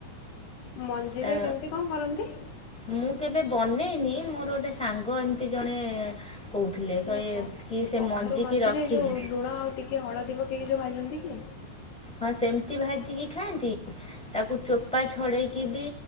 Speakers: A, on the left (about 85°); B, in the centre.
A: ମଞ୍ଜିରେ
B: ତା
A: କେମିତି କଣ କରନ୍ତି?
B: ମୁଁ କେବେ ବନେଇନି ମୋର ଗୋଟେ ସାଙ୍ଗ ଏମିତି ଜଣେ କହୁଥିଲେ
A: ମାନେ
B: କହି
A: କ
B: କି
A: ଏ
B: ସେ
A: କଖାରୁ
B: ମଞ୍ଜିିକି
A: ମଞ୍ଜିରେ
B: ରଖିକି
A: ଯୋଉ ଲୁଣ ଆଉ ଟିକେ ହଳଦୀ ପକେଇକି ଯୋଉ ଭାଜନ୍ତି କି?
B: ହଁ ସେମିତି ଭାଜିକି ଖାଆନ୍ତି ତାକୁ ଚୋପା ଛଡ଼େଇକି ବି